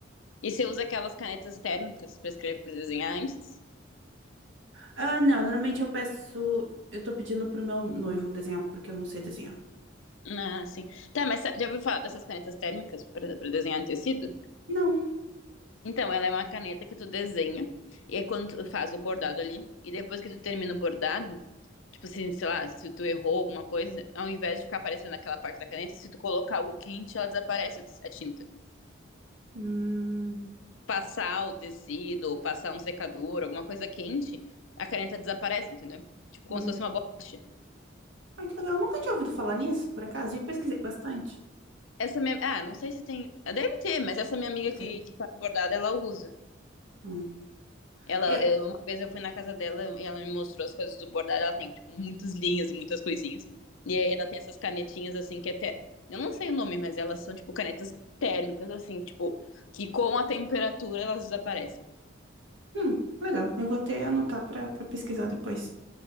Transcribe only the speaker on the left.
E você usa aquelas canetas térmicas para escrever, para desenhar antes?
Ah, sim. Tá, mas sa- já ouviu falar dessas canetas térmicas para pra desenhar em tecido?
Então, ela é uma caneta que tu desenha, e aí quando tu faz o bordado ali, e depois que tu termina o bordado, tipo assim, sei lá, se tu errou alguma coisa, ao invés de ficar aparecendo aquela parte da caneta, se tu colocar o quente, ela desaparece o te- a tinta.
Passar o tecido, ou passar um secador, alguma coisa quente, a caneta desaparece, entendeu? Tipo,
como se fosse uma borracha.
Essa minha. Ah, não sei se tem. ah, Deve ter, mas essa minha amiga
que, que faz bordado, ela usa.
Ela,
eu- uma vez eu fui na casa dela e ela me mostrou as coisas do bordado. Ela tem, tipo, muitas linhas e muitas coisinhas. E aí ela tem essas canetinhas, assim, que até. Eu não sei o nome, mas elas são, tipo, canetas térmicas, assim, tipo, que com a temperatura elas desaparecem.